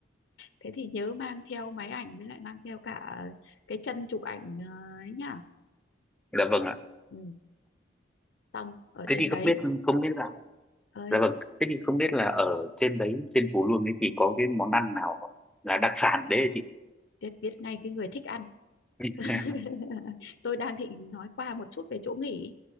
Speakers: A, on the left (about 70°); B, in the centre.
A: thế thì nhớ mang theo máy ảnh với lại mang theo cả cái chân chụp ảnh ờ, ấy nhá
B: dạ vâng ạ
A: ừ, xong ở
B: thế
A: trên
B: thì
A: đấy
B: không biết không biết là
A: ơi
B: dạ vâng thế thì không biết là ở trên đấy trên Phú Luông ấy thì có cái món ăn nào là đặc sản đấy hả chị
A: biết biết ngay cái người thích ăn
B: <laughs>
A: <laughs> tôi đang định nói qua một chút về chỗ nghỉ